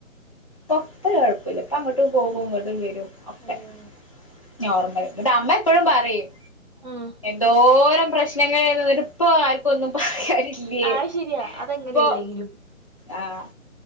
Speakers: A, on the left; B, on the right.
A: പൊപ്പ കുഴപ്പല്ല അപ്പ അങ്ങോട്ടും പോകും ഇങ്ങോട്ടും വരും ഒക്കെ
B: ഉം
A: നോർമൽ എന്നട്ട് അമ്മ എപ്പോഴും പറയും
B: ഉം
A: എന്തോരം പ്രശ്നങ്ങളെയ്ന്ന് ന്നിട്ട് ഇപ്പൊ ആർക്കൊന്നും പറയാനില്ലേ
B: ആഹ് ശരിയാ അതങ്ങനെയല്ലെങ്കിലും
A: ഇപ്പൊ ആഹ്